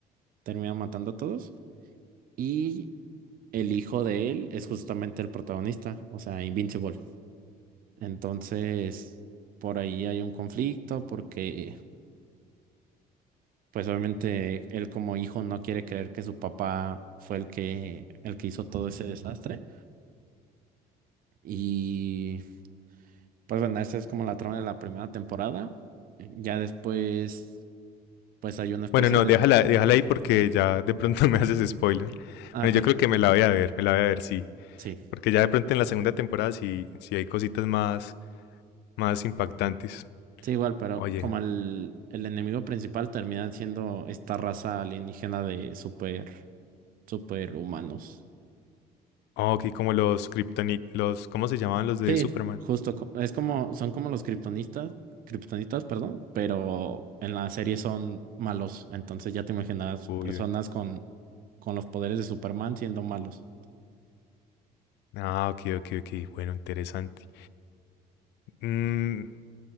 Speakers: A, on the right; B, on the left.
A: termina matando a todos y el hijo de él es justamente el protagonista, o sea, Invincible. Entonces, por ahí hay un conflicto porque, pues obviamente, él como hijo no quiere creer que su papá fue el que, el que hizo todo ese desastre. Y, pues bueno, esa es como la trama de la primera temporada. Ya después, pues hay una especie
B: Bueno, no,
A: de...
B: déjala, déjala ahí porque ya de pronto <laughs> me haces spoiler.
A: Ah,
B: Bueno,
A: ok,
B: yo creo que me la voy a ver, me la voy a ver, sí.
A: sí,
B: Porque ya de pronto en la segunda temporada sí, sí hay cositas más, más impactantes.
A: sí, igual, pero
B: Oye,
A: como el, el enemigo principal termina siendo esta raza alienígena de super, super humanos.
B: Ah, ok, como los Kryptonit, los, ¿cómo se llamaban los de
A: Sí,
B: Superman?
A: justo, co- es como, son como los kriptonistas, kriptonitas, perdón, pero en la serie son malos, entonces ya te imaginarás
B: Uy,
A: personas
B: uy.
A: con, con los poderes de Superman siendo malos.
B: Ah, ok, ok, ok, bueno, interesante. Mm,